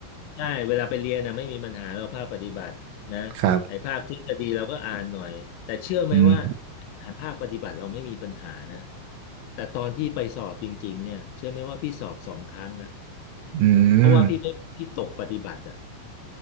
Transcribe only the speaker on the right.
ครับอืม
อืม